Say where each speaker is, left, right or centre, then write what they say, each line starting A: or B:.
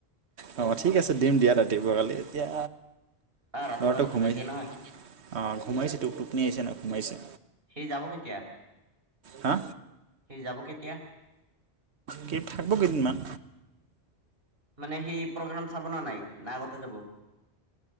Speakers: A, on the right (about 80°); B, on the right (about 60°).
A: অ ঠিক আছে দিম দিয়া, ৰাতিপুৱা কালি এতিয়া
B: আহ ৰাতিপুৱা
A: ল'ৰাটো
B: ৰাতিপুৱা
A: ঘূমাই,
B: এতিয়া নহয়
A: অ ঘূমাইছেটো, টোপনি আহিছে ন, ঘূমাইছে।
B: সি যাব কেত-
A: হা।
B: সি যাব কেতিয়া?
A: কেই থাকিব কেইদিনমান।
B: মানে সি প্ৰগ্ৰেম চাব নে নাই? ন আগতে যাব।